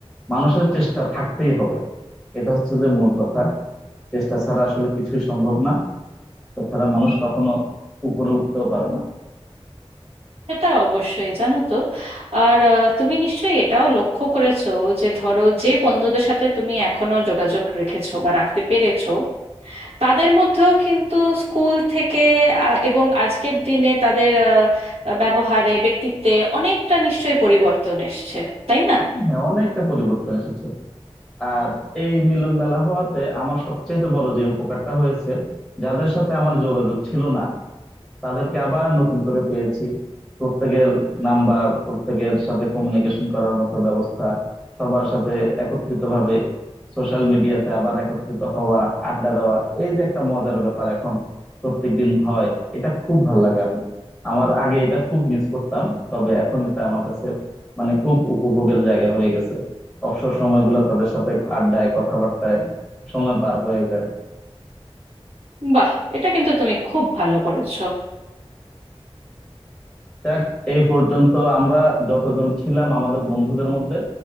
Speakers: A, in the centre; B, on the right (about 70°).
A: মানুষের চেষ্টা থাকতেই হবে এটা হচ্ছে যে মূল কথা চেষ্টা ছাড়া আসলে কিছুই সম্ভব না তাছাড়া মানুষ কখনো উপরে উঠতেও পারে না
B: সেটা অবশ্যই জানো তো আর আহ, তুমি নিশ্চয়ই এটাও লক্ষ্য করেছো যে ধরো যে বন্ধুদের সাথে তুমি এখনো যোগাযোগ রেখেছো বা রাখতে পেরেছো তাদের মধ্যেও কিন্তু স্কুল থেকে আহ, এবং আজকের দিনে তাদের আহ, ব্যবহারে ব্যক্তিত্বে অনেকটা নিশ্চয়ই পরিবর্তন এসছে তাই না
A: হ্যাঁ অনেকটা পরিবর্তন এসেছে আর এই মিলন মেলা হওয়াতে আমার সবচেয়ে বড় যে উপকারটা হয়েছে যাদের সাথে আমার যোগাযোগ ছিল না তাদেরকে আবার নতুন করে পেয়েছি প্রত্যেকের নাম্বার প্রত্যেকের সাথে কমিউনিকেশন করার মতো ব্যবস্থা সবার সাথে একত্রিত ভাবে সোশ্যাল মিডিয়াতে আবার একত্রিত হওয়া আড্ডা দেওয়া এই যে একটা মজার ব্যাপার এখন প্রত্যেক দিন হয় এটা খুব ভাল লাগে আমি আমার আগে এটা খুব মিস করতাম তবে এখন এটা আমার কাছে মানে খুব উপভোগের জায়গা হয়ে গেছে অবসর সময়গুলো তাদের সাথে আড্ডায় কথাবার্তায় সময় পার হয়ে যায়
B: বাহ এটা কিন্তু তুমি খুব ভালো করেছো
A: যাক এই পর্যন্ত আমরা যতজন ছিলাম আমাদের বন্ধুদের মধ্যে